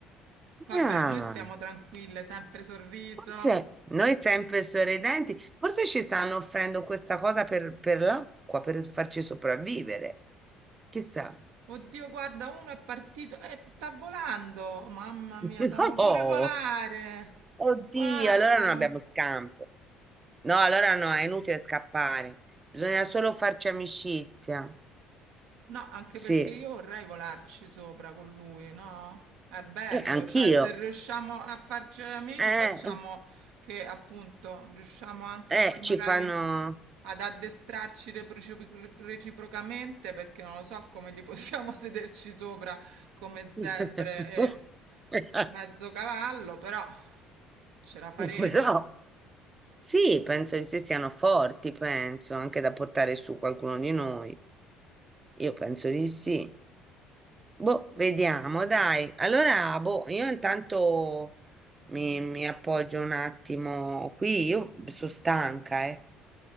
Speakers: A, on the right (about 85°); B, on the right (about 20°).
A: Vabbè,
B: Ah,
A: noi stiamo tranquille, sempre sorriso.
B: forse noi sempre sorridenti, forse ci stanno offrendo questa cosa per, per l'acqua, per farci sopravvivere. Chissà.
A: Oddio, guarda, uno è partito, eh, sta volando, mamma mia,
B: <laughs>
A: sanno pure
B: Oh,
A: volare,
B: oddio,
A: guardalo.
B: allora non abbiamo scampo. No, allora no, è inutile scappare. Bisogna solo farci amicizia.
A: No, anche
B: Sì,
A: perché io vorrei volarci sopra con lui, no? È bello,
B: Eh, anch'io.
A: cioè se riusciamo a farci amici
B: Eh,
A: facciamo che appunto riusciamo anche
B: eh,
A: poi magari
B: ci fanno...
A: ad addestrarci recipro- reciprocamente perché non lo so come li possiamo <laughs> sederci sopra come zebre
B: <laughs>
A: e mezzo cavallo, però ce la faremo.
B: Però Sì, penso di sì, siano forti, penso, anche da portare su qualcuno di noi. Io penso di sì. Boh, vediamo, dai. Allora, boh, io intanto mi, mi appoggio un attimo qui, io sono stanca, eh.